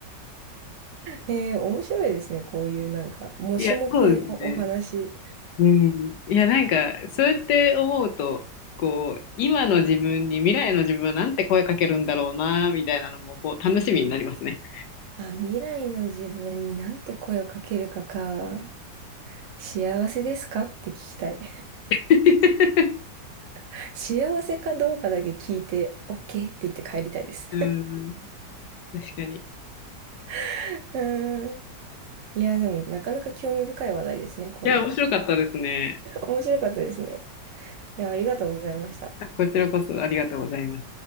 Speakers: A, on the right; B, on the left.
A: えー、面白いですね。こういうなんか、もしも系のお話。
B: いや、そうですね。うん、いや、なんか、そうやって思うと、こう、今の自分に未来の自分はなんて声かけるんだろうな、みたいなのも、こう、楽しみになりますね。
A: あ、未来の自分になんて声をかけるかか。幸せですかって聞きたい。
B: <laughs>
A: <laughs> 幸せかどうかだけ聞いて、OK って言って帰りたいです。
B: うん、確かに。い
A: <laughs> うーん。いや、でもなかなか興味深い話題ですね。こういうの。
B: や、面白かったですね。
A: 面白かったですね。いや、ありがとうございました。
B: こちらこそありがとうございます。